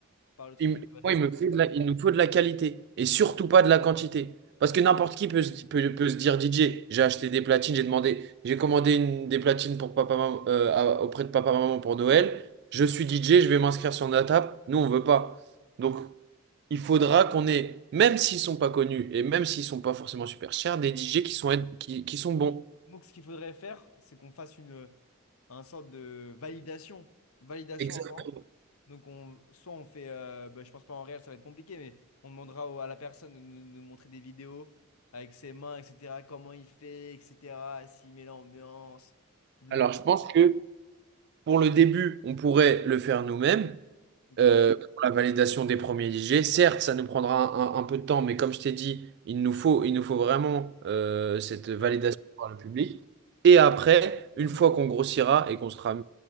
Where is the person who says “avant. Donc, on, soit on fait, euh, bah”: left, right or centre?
Left